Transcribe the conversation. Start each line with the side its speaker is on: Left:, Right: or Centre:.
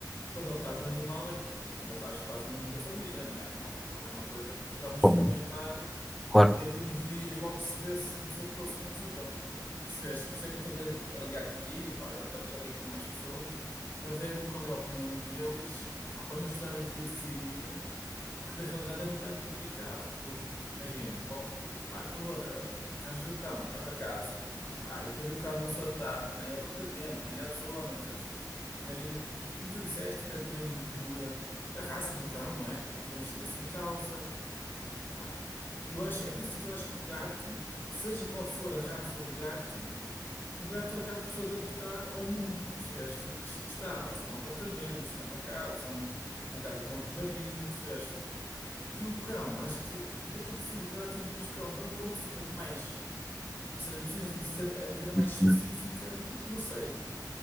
Left: tu adotares o animal é, que- é adotares quase o mesmo da família, não é? Não, não é uma coisa que vamos
Centre: Bom,
Left: experimentar
Centre: claro,
Left: e daqui a uns dias logo se vê se resulta ou se não resulta. Percebeste? Por isso é que eu estou a a ligar contigo e depois já, te- já liguei com mais pessoas para ver o- qual é a opinião deles, pá, para me ajudarem aqui a decidir. Porque na realidade é um bocado complicado, porque imagina, co- pá, tu arra- arranjas o cão cá para casa, pá, e depois o cão não se adapta nem ao apartamento, nem à zona, percebes? O- Imagina que, como tu disseste, depende também do, do, eh, da raça do cão, não é? Temos de ter isso em causa, pá. E eu acho, é por isso que eu acho que o gato, seja qual for a raça do gato, o gato acaba por se adaptar ao mundo, percebeste? Que, que está, se é um apartamento, se é uma casa, se é um- uma casa com um jardim, percebeste? E o cão, acho que. Por isso é que eu prefiro o gato em vez de cão. O cão, o cão precisa de mais. Ou seja, precisa de ser é uma coisa mais
Centre: sim.
Left: específica. Não, não sei.